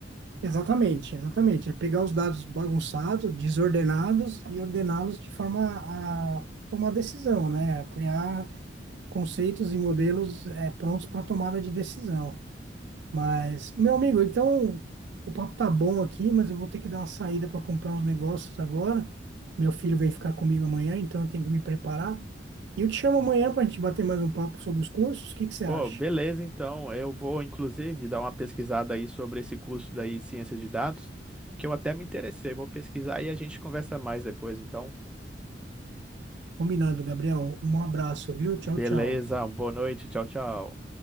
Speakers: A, on the right; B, in the centre.
A: Exatamente, exatamente. É pegar os dados bagunçados, desordenados e ordená-los de forma a tomar decisão, né? A criar conceitos e modelos eh, prontos para tomada de decisão. Mas, meu amigo, então o papo tá bom aqui, mas eu vou ter que dar uma saída para comprar uns negócios agora. Meu filho vem ficar comigo amanhã, então eu tenho que me preparar. E eu te chamo amanhã para a gente bater mais um papo sobre os cursos. O que que você acha?
B: Pô, beleza, então. Eu vou, inclusive, dar uma pesquisada aí sobre esse curso daí, de Ciência de Dados, que eu até me interessei. Vou pesquisar e a gente conversa mais depois, então.
A: Combinado, Gabriel. Um abraço, viu? Tchau,
B: Beleza,
A: tchau.
B: boa noite, tchau, tchau.